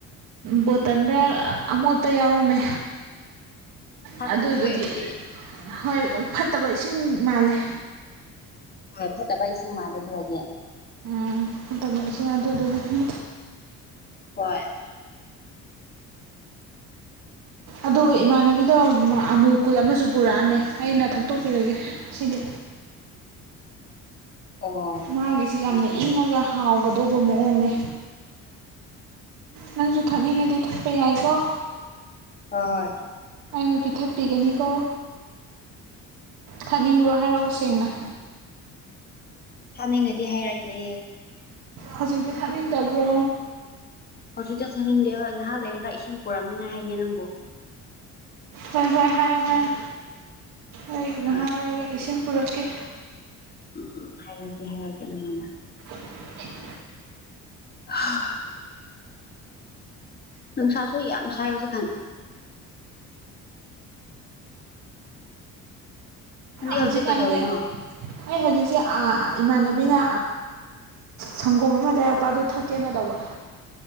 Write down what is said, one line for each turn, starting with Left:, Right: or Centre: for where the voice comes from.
Right: ꯕꯣꯇꯜꯗ ꯑꯃꯣꯠꯄ ꯌꯥꯎꯔꯝꯃꯦ
Left: ꯊꯛꯀꯅꯨ
Right: ꯑꯗꯨꯗꯨꯒꯤ
Left: ꯗꯨꯑꯣꯏꯔꯗꯤ
Right: ꯍꯣꯏ ꯐꯠꯇꯕ ꯏꯁꯤꯡ ꯃꯥꯜꯂꯦ
Left: ꯍꯣꯏ ꯐꯠꯇꯕ ꯏꯁꯤ ꯃꯥꯜꯂꯦ ꯑꯗꯨ ꯑꯣꯏꯗꯤ
Right: ꯎꯝ ꯐꯠꯇꯕ ꯏꯁꯤꯡ ꯑꯗꯨꯗꯨꯒꯤ
Left: ꯍꯣꯏ
Right: ꯑꯗꯨꯒ ꯏꯃꯥꯟꯅꯕꯤꯗꯣ ꯑꯃꯨꯜ ꯀꯨꯜ ꯑꯃꯁꯨ ꯄꯨꯔꯛꯑꯝꯃꯦ ꯑꯩꯅ ꯊꯛꯇꯣꯛꯄꯤꯔꯒꯦ ꯁꯤꯗꯤ
Left: <unintelligible> ꯑꯣ
Right: ꯃꯥꯒꯤꯁꯤ ꯌꯥꯝꯅ
Left: ꯌꯥꯝ ꯐꯩ
Right: ꯏꯪꯉꯒ ꯍꯥꯎꯒꯗꯧꯕ ꯃꯑꯣꯡꯅꯦ ꯅꯪꯁꯨ ꯊꯛꯅꯤꯡꯉꯗꯤ ꯊꯛꯄ ꯌꯥꯏꯀꯣ
Left: ꯍꯣ ꯍꯣꯏ
Right: ꯑꯩꯅ ꯄꯤꯊꯛꯄꯤꯒꯅꯤꯀꯣ ꯊꯅꯤꯡꯕ꯭ꯔꯣ ꯍꯥꯏꯔꯛꯑꯣ ꯁꯦꯡꯅ
Left: ꯊꯛꯅꯤꯡꯉꯗꯤ ꯍꯥꯏꯔꯛꯀꯦ
Right: ꯍꯧꯖꯤꯛꯇꯤ ꯊꯛꯅꯤꯡꯗꯕ꯭ꯔꯣ
Left: ꯍꯧꯖꯤꯛꯇ ꯆꯠꯅꯤꯡꯗꯦ ꯍꯣꯏ ꯉꯥꯏꯍꯥꯛ ꯂꯩꯔꯒ ꯏꯁꯤꯡ ꯄꯨꯔꯛꯅꯤꯡꯉꯥꯏ ꯍꯥꯏꯒꯦ ꯅꯪꯕꯨ
Right: ꯍꯣꯏ ꯍꯣꯏ ꯍꯥꯏꯌꯣ ꯍꯥꯏꯌꯣ ꯑꯩ ꯉꯍꯥꯥꯛ
Left: ꯍꯣꯏ
Right: ꯂꯩꯔꯒ ꯏꯁꯤꯡ ꯄꯨꯔꯛꯀꯦ
Left: ꯎꯝ ꯎꯝ ꯍꯥꯏꯔꯛꯀꯦ ꯍꯥꯏꯔꯛꯀꯦ ꯅꯪꯉꯣꯟꯗ
Right: <inaudible>
Left: ꯍꯥ ꯅꯨꯡꯁꯥꯁꯨ ꯌꯥꯝ ꯁꯥꯏ ꯍꯧꯖꯤꯛ ꯀꯥꯟ ꯅꯪꯗꯤ
Right: ꯍꯧꯖꯤꯛꯀꯥꯟꯁꯦ
Left: ꯍꯧꯖꯤꯛ ꯀꯗꯧꯔꯤꯅꯣ
Right: ꯑꯩ ꯍꯧꯖꯤꯛꯁꯦ ꯑꯥ ꯏꯃꯥꯟꯅꯕꯤꯅ ꯁꯪꯒꯣꯝ ꯑꯃ ꯂꯩꯔꯛꯄ ꯑꯗꯨ ꯊꯛꯀꯦꯅ ꯇꯧꯕ